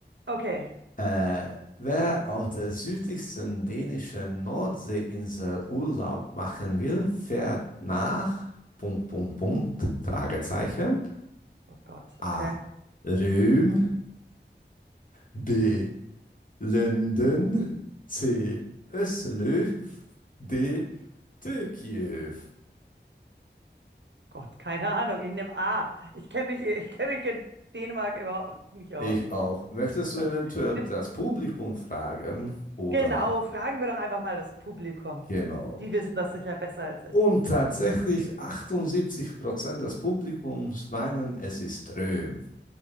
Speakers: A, on the right (about 75°); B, on the left (about 45°).
A: Okay.
B: Äh, wer auf der südlichsten dänischen Nordseeinsel Urlaub machen will, fährt nach Punkt, Punkt, Punkt, Fragezeichen.
A: Oh Gott,
B: A.
A: okay.
B: Röhm. B. Linden, C. Öslü, D. Türkei.
A: Gott, keine Ahnung. Ich nehme A. Ich kenne mich, ich kenne mich in Dänemark überhaupt nicht
B: Ich
A: aus.
B: auch. Möchtest du eventuell
A: Ich nehm,
B: das Publikum fragen? Oder
A: genau, fragen wir doch einfach mal das Publikum.
B: genau.
A: Die wissen das sicher besser als ich.
B: Und tatsächlich 78 Prozent des Publikums meinen, es ist Röhm.